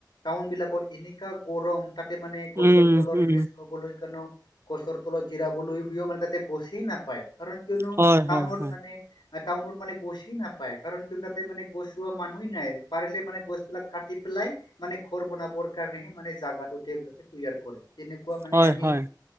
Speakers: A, on the left; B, on the right.
A: টাউন বিলাকত এনেকা গৰম তাতে মানে গছৰ
B: উম
A: তলত
B: উম
A: ৰেচ ল'বলৈ কানো গছৰ তলত জিৰাবলৈ ঘৰিও মানে তাতে গছেই নাপায় কাৰণ কিয়নো
B: হয়
A: টাউনত
B: হয় হয়
A: মানে টাউনত মানে গছে নাপায় কাৰণ ক তাতে মানে গছ ৰোৱা মানুহ নাই পাৰিলে মানে গছ বিলাক কাটি <unintelligible> লাই মানে ঘৰ বনাবৰ কাৰণেহে মানে জাগা টো তেওঁবিলাকে তৈয়াৰ কৰে তেনেকুৱা মানে
B: হয়
A: আমি
B: হয়